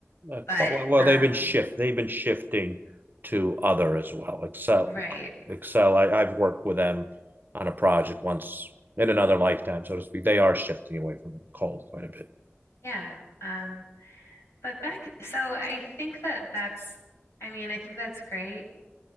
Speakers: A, on the right; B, on the left.
A: uh,
B: But
A: well,
B: um
A: they've been shift they've been shifting to other as well. Excel,
B: right.
A: Excel. I, I've worked with them on a project once in another lifetime, so to speak. They are shifting away from coal quite a bit.
B: Yeah. Um but back so I think that that's I mean, I think that's great.